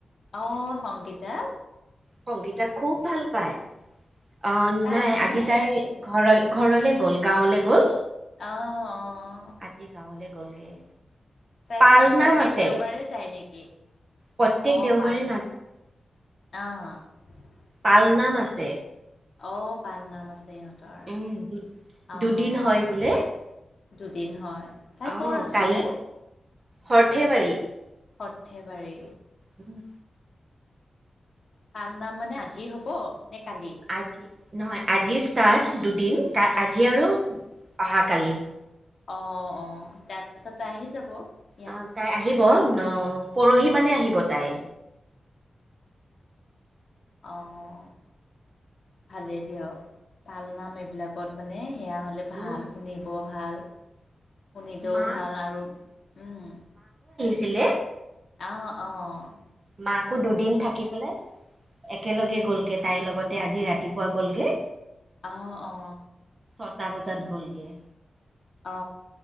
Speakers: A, on the left; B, on the right.
A: অঁ সংগীতা
B: সংগীতা খুব ভাল পায় অ
A: তাই
B: নাই
A: আছেনে
B: আজি তাই ঘৰ ঘৰলে গ'ল গাঁৱলে গ'ল
A: অ অ
B: আজি গাঁৱলে গ'লগে
A: তাই
B: পাল
A: চাগে প্ৰত্যেক
B: নাম আছে
A: দেওবাৰে যায় নেকি?
B: প্ৰত্যেক
A: অ
B: দেওবাৰে
A: পালনা অহ
B: পালনাম আছে
A: আহ পালনাম আছে ইহঁতৰ
B: উম দু
A: আহ।
B: দুদিন হয় বোলে
A: দুদিন হয় তাই
B: অ
A: ক'ৰ আছিলে।
B: কালি সৰ্থেবাৰী।
A: সৰ্থেবাৰী।
B: উম
A: পাল নাম মানে আজিয়ে হব নে কালি?
B: আজি নহয় আজি ষ্টাৰ দুদিন আজি আৰু অহা কালি
A: অ অ তাৰপিছতে আহি যাব ইয়াত
B: আহ তাই আহিব ন পৰহি মানে আহিব তাই।
A: আহঁ ভালেই দিয়ক ভাল নাম এইবিলাকত মানে সেয়া হ'লে ভাল
B: উম
A: শুনিব ভাল শুনিলেও
B: মাক
A: ভাল আৰু উম
B: ছিলে
A: অঁ অঁ
B: মাকো দুদিন থাকি পেলাই একেলগে গ'লগে তাইৰ লগত। তে আজি ৰাতিপুৱা গ'লগে
A: অহ অঁ।
B: সাতটা বজাত গ'লগে।
A: অ।